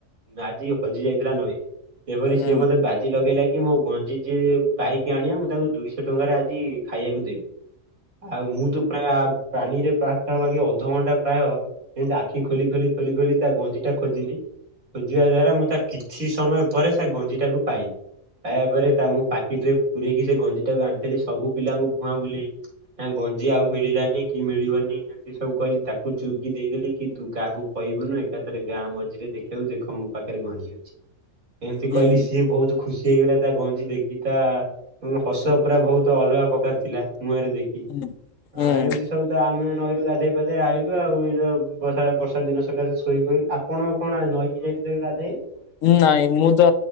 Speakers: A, on the right; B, on the left.
A: ଆଜି ହଜି ଯାଇଥିଲା ନଈରେ। ଯେପରି
B: ହୁଁ ହୁଁ ହୁଁ ହୁଁ ହୁଁ
A: ସିଏ
B: ହୁଁ
A: ମତେ ବାଜି ଲଗେଇଲା କି, ମୋ ଗଞ୍ଜି ଯିଏ ପାଇକି ଆଣିବ ମୁଁ ତାକୁ ଦୁଇଶହ ଟଙ୍କାରେ ଆଜି ଖାଇବାକୁ ଦେବି। ଆଉ ମୁଁ ତୋ ପ୍ରାୟ ପାଣିରେ ପାଖା ପାଖି ଅଧଘଣ୍ଟା ପ୍ରାୟ ଯେମିତି ଆଖି ଖୋଲି ଖୋଲି ଖୋଲି ଖୋଲି ତା ଗଞ୍ଜି ଟା ଖୋଜିଲି। ଖୋଜିବା ଦ୍ଵାରା ମୁଁ ତା କିଛି ସମୟ ପରେ ସେ ଗଞ୍ଜି ଟାକୁ ପାଇଲି। ପାଇବା ପରେ ତା ମୁଁ ପାକିଟ୍ରେ ପୁରେଇକି ସେ ଗଞ୍ଜି ଆଣିଥିଲି ସବୁ ପିଲାଙ୍କୁ ଭୁଆଁ ବୁଲେଇଲି ନା ଗଞ୍ଜି ଆଉ ମିଳିଲାନି କି ମିଳିବନି ଏମିତି ସବୁ କହିଲି ତା ମୁଁ ଚୁପ୍ କି ଦେଇଦେଲି। କି ତୁ କାହାକୁ କହିବୁନୁ, ଏକାଥରେ ଗାଁ ମଝିରେ ଦେଖେଇବୁ ଦେଖ ମୋ ପାଖରେ ଗଞ୍ଜି ଅଛି। ଏମିତି
B: ହୁଁ
A: କହିଲି ସିଏ ଭଉତୁ ଖୁସି ହେଇଗଲା ତା ଗଞ୍ଜି ଦେଖି, ତା ହସ ପୁରା ଭଉତ ଅଲଗା ପ୍ରକାର ଥିଲା ମୁହଁରେ ଦେଖି।
B: ହୁଁ ହୁଁ
A: ଆ ଏମତି ସବୁ ତ ଆମେ ନଈ ଗାଧେଇ ପାଧେଇ ଆଇଲୁ ଆଉ ଏଇ ଯୋଉ ବର୍ଷା ବର୍ଷା ଦିନ ସକାଶେ ଶୋଇ ପଇଲୁ। ଆପଣ କଣ ନଈକି ଯାଇଥିଲେ ଗାଧେଈ?
B: ନାଇଁ ମୁଁ ତ